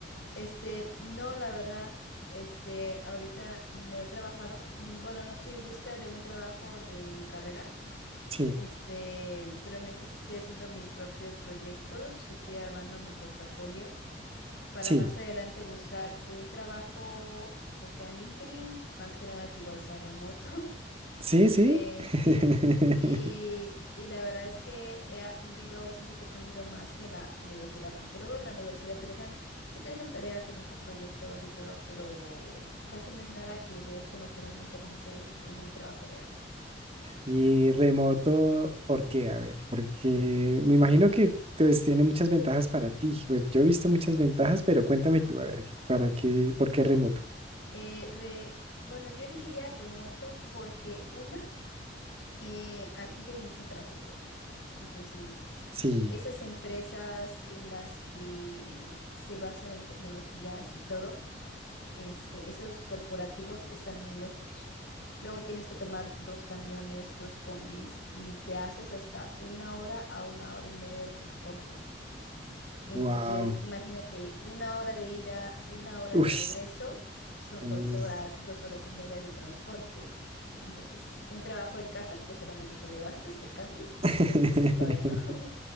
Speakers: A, on the left (about 75°); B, on the right (about 30°).
A: este, no, la verdad. Este, ahorita no he trabajado. mm, Bueno, no estoy en busca de un trabajo de mi carrera.
B: Sí,
A: Este, pero mientras estoy haciendo mis propios proyectos, estoy armando mi portafolio para
B: sí,
A: más adelante buscar un trabajo que sea en LinkedIn, más que nada que igual sea remoto. <laughs>
B: sí,
A: Este,
B: sí. <laughs>
A: sí. Y, y la verdad es que he aprendido, siento que he aprendido más que en la universidad, porque luego en la universidad te dejan, sí te dejan tareas, te dejan proyectos y todo, pero casi no es nada que ver con lo que realmente vas a hacer en un trabajo real.
B: Y remoto, ¿por qué? A ver, porque me imagino
A: Eh,
B: que pues, tiene muchas ventajas para ti. Pues yo he visto muchas ventajas, pero cuéntame tú, a ver, ¿para qué, por qué remoto?
A: Eh, re- bueno, yo elegiría remoto porque una, eh, aquí ya hay mucho tráfico. Entonces,
B: Sí,
A: esas empresas en las que se basan en tecnologías y todo, este, esos corporativos están muy lejos. Luego tienes que tomar dos camiones, dos combis y te haces hasta una hora a una hora y media de transporte. Entonces,
B: wow.
A: imagínate, una hora de ida, una hora
B: Uy.
A: de regreso, son
B: mm.
A: dos horas, dos horas y media de transporte. Entonces, un trabajo en casa, pues solamente te levantas, te cambias y te
B: <laughs>
A: sientas en tu escritorio, ¿no? <laughs>